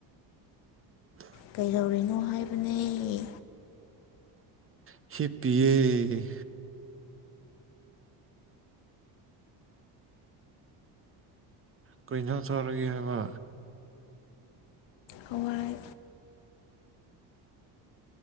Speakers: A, on the right (about 30°); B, on the left (about 80°).
A: <inaudible>
B: ꯀꯩꯗꯧꯔꯤꯅꯣ ꯍꯥꯏꯕꯅꯦ
A: ꯍꯤꯞꯄꯤꯌꯦ ꯀꯔꯤ ꯑꯦꯟꯖꯥꯡ ꯆꯥꯔꯒꯦ ꯍꯥꯏꯕ
B: ꯍꯋꯥꯏ